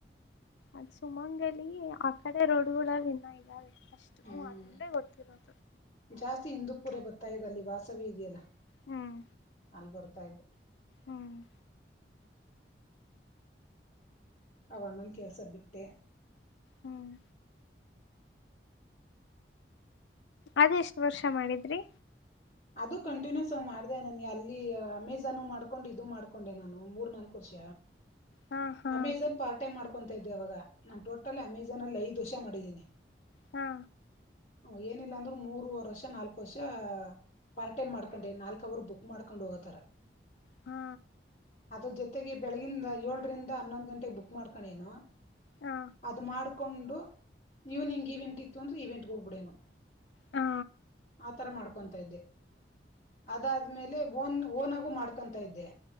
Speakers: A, on the left (about 85°); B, on the left (about 40°).
A: ಅದ್ ಸುಮಂಗಲೀ ಆ ಕಡೆ ರೋಡುಗುಳಲ್ ಇನ್ನ ಇದಾವೆ ಅಷ್ಟು
B: ಹ್ಮ್
A: ಹೂ ಅದೊಂದೆ ಗೊತ್ತಿರೋದ್.
B: ಜಾಸ್ತಿ ಇಂದೂಪುರ ಬತ್ತಾ ಇದ್ದಲ್ಲಿ ವಾಸವಿ ಇದೆಯಲ್ಲ
A: ಹ್ಮ್
B: ಅಲ್ಲಿ ಬರ್ತಾ ಇದ್ದೆ.
A: ಹ್ಮ್
B: ಅವಣ್ಣನ್ ಕೆಲ್ಸ ಬಿಟ್ಟೆ.
A: ಹ್ಮ್. ಅದ್ ಎಷ್ಟ್ ವರ್ಷ ಮಾಡಿದ್ ರಿ
B: ಅದು ಕಂಟಿನ್ಯೂಸ್ ಆಗ್ ಮಾಡ್ದೆ ನಾನ್ ಅಲ್ಲಿ ಅಮೆಜಾನ್ ಮಾಡ್ಕೊಂಡು ಇದು ಮಾಡ್ಕೊಂಡೆ ನಾನು ಮೂರ್ ನಾಲ್ಕ್ ವರ್ಷ.
A: ಹಾ ಹಾ
B: ಅಮೆಜಾನ್ ಪಾರ್ಟ್ ಟೈಮ್ ಮಾಡ್ ಕೊಂತಾ ಇದ್ದೆ ಅವಾಗ ನಾನ್ ಟೋಟಲ್ ಅಮೆಜಾನ್ ಅಲ್ಲಿ ಐದು ವರ್ಷ ಮಾಡಿದಿನಿ.
A: ಹಾ.
B: ಹು ಏನಿಲ್ಲಾ ಅಂದ್ರು ಮೂರುವರ್ ವರ್ಷ ನಾಲ್ಕು ವರ್ಷಾ ಪಾರ್ಟೈಮ್ ಮಾಡ್ಕಂಡೆ ನಾಲ್ಕ್ ಅವರ್ ಬುಕ್ ಮಾಡ್ಕೊಂಡ್ ಹೋಗೋತರ.
A: ಹಾ.
B: ಅದ್ರ ಜೊತೆಗೆ ಬೆಳಗಿಂದ ಯೋಳರಿಂದ ಹನ್ನೊಂದ್ ಗಂಟೆಗೆ ಬುಕ್ ಮಾಡ್ಕಣೇನು.
A: ಹಾ
B: ಅದ್ ಮಾಡ್ ಕೊಂಡು ಈವ್ನಿಂಗ್ ಇವೆಂಟ್ ಇತ್ತು ಅಂದ್ರೆ ಈವೆಂಟ್ಗೆ ಹೋಗ್ಬಿಡೇನು.
A: ಹಾ
B: ಆತರ ಮಾಡ್ಕೊಂತ ಇದ್ದೆ. ಅದಾದ್ಮೇಲೇ ಬೋನ್ನೂ ಓನಾಗೂ ಮಾಡ್ಕೊಂತ ಇದ್ದೆ.